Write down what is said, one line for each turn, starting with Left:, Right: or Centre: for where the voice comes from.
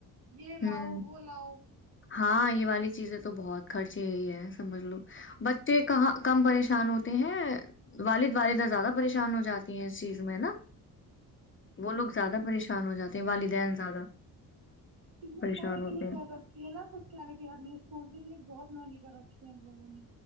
Right: یہ
Left: ہوں
Right: لاؤ وہ لاؤ
Left: ہاں یہ والی چیزیں تو بہت خرچے ہی ہے سمجھ لو بچے کہاں کم پریشان ہوتے ہیں والد والدہ زیادہ پریشان ہو جاتے اس چیز میں نا وہ لوگ زیادہ پریشان ہو جاتے ہیں والدین زیادہ
Right: ات
Left: پریشان
Right: لوگ
Left: ہوتے
Right: کہ نہیں
Left: ہیں
Right: کہہ رتی ہے ن کچ کہنے کی کرنی اسکول کے لیے بہت مہنگی کر رکھی ہیں ان لوگوں نے